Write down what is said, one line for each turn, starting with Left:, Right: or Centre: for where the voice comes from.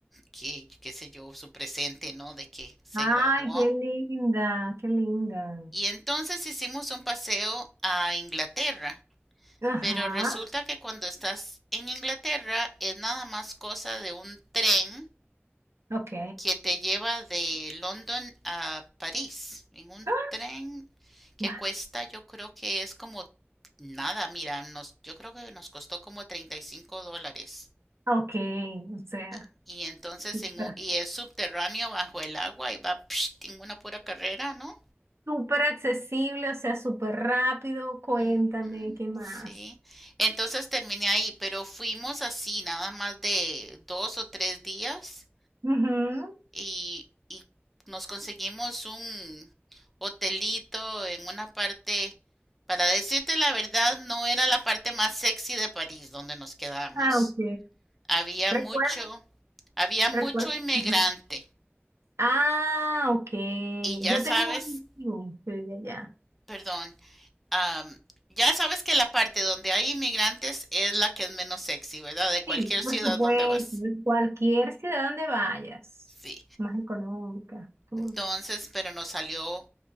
Centre: qué, qué sé yo, su presente, ¿no? De que se
Right: ay,
Centre: graduó.
Right: qué linda, qué linda.
Centre: Y entonces hicimos un paseo a Inglaterra.
Right: Ajá,
Centre: Pero resulta que cuando estás en Inglaterra es nada más cosa de un tren
Right: ok.
Centre: que te lleva de London a París. En un
Right: Ah,
Centre: tren que
Right: guau,
Centre: cuesta, yo creo que es como nada, mira, nos, yo creo que nos costó como 35 dólares.
Right: Ok, o sea,
Centre: Y, y entonces
Right: súper,
Centre: en, un- y es subterráneo bajo el agua y va psh, en una pura carrera, ¿no?
Right: súper accesible, o sea, súper rápido. Cuéntame,
Centre: Ujú,
Right: ¿qué más?
Centre: Sí, entonces terminé ahí, pero fuimos así, nada más de dos o tres días
Right: Ujú.
Centre: y, y nos conseguimos un hotelito en una parte, para decirte la verdad, no era la parte más sexy de París donde nos quedamos.
Right: Ah, ok.
Centre: Había
Right: Recuerda
Centre: mucho, había mucho
Right: Recuerdo.
Centre: inmigrante
Right: Ajá. Ah, ok.
Centre: y ya
Right: Yo
Centre: sabes,
Right: tengo un amigo que vive allá.
Centre: perdón. um, ya sabes que la parte donde hay inmigrantes es la que es menos sexy, ¿verdad? De cualquier
Right: Sí,
Centre: ciudad
Right: por supuesto.
Centre: donde vas.
Right: en Cualquier ciudad donde vayas,
Centre: Sí.
Right: más económica, todo.
Centre: Entonces, pero nos salió